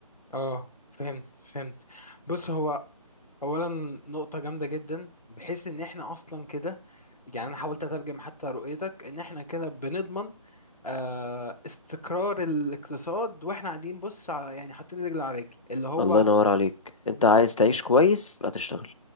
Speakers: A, on the left (about 80°); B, on the left (about 60°).
A: اه فهمت فهمت بص هو اولا نقطه جامده جدا بحيث ان احنا اصلا كده يعني انا حاولت اترجم حتى رؤيتك ان احنا كده بنضمن آه، استقرار الاقتصاد واحنا قاعدين بص ع- يعني حاطين رجل على رجل اللي هو
B: الله ينور عليك انت
A: بالظبط
B: عايز تعيش كويس يبقى تشتغل